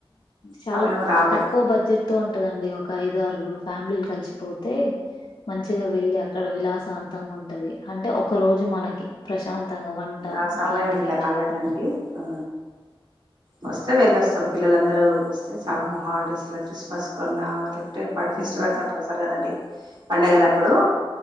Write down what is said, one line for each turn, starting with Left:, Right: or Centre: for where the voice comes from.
Left: చాలా
Right: సమయం రాలే
Left: తక్కువ బడ్జెట్ ఉంటదండి ఒక ఐదు ఆరుగురు ఫ్యామిలీలు కలిసిపోతే మంచిగా వెళ్ళి అ ఇక్కడ విలాసవంతంగా ఉంటది అంటే ఒక రోజు మనకి ప్రశాంతంగా వంట
Right: ఆ సమయం
Left: అట్లాంటివి
Right: ఇంకా
Left: ఏం
Right: రాలేదండి
Left: చేయకుండా
Right: ఆ వస్తే వెళ్ళొస్తాం పిల్లలందరూ వస్తే హాలిడేస్లా క్రిస్మస్ కొన్నా రేప్ అడ్ ఫెస్టివల్స్
Left: మ్మ్.
Right: అప్పుడు వస్తారు కదండి పండగలు అప్పుడు